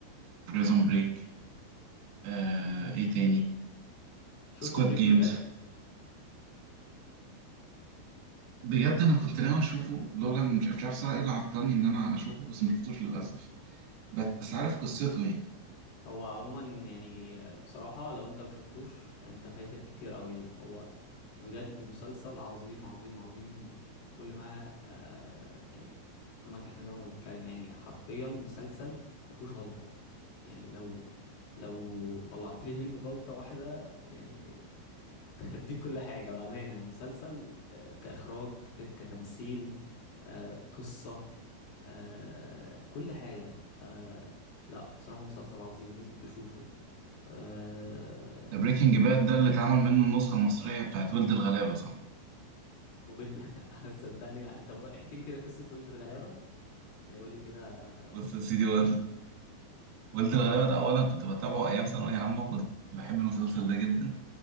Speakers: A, on the right (about 60°); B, on the left (about 70°).
A: بريزون بريك آه ايه تاني
B: شفت
A: سكواد
B: بريكنج
A: جيمز
B: باد
A: بجد انا كنت ناوي اشوفه لولا إن مش مش عارف صراحه ايه اللي عطلني ان انا اشوفه بس ما شفتوش للاسف بس عارف قصته ايه
B: هو عموما يعني بصراحه لو انت ما شفتوش انت فايتك كتير قوي هو بجد مسلسل عظيم عظيم عظيم كل ما آه يعني كل ما تحمله الكلمه يعني حرفيا مسلسل ما فيهوش غلطه يعني لو لو طلعت لي منه غلطه واحده يعني <laughs> هديك كل حاجة بأمانة مسلسل آه، كإخراج ت- كتمثيل آه، قصة آه، كل حاجة ف لا بصراحة مسلسل عظيم لازم تشوفه آه،
A: ده بريكنج باد ده اللي اتعمل منه النسخه المصريه بتاعت ولد الغلابه صح
B: ويل <laughs> صدقني طب احكي لي كده قصة ولد الغلابة يعني قول لي كده
A: بص يا سيدي هو ولد الغلابة ده أولا كنت بتابعه أيام ثانوية عامة وكنت بحب المسلسل ده جدا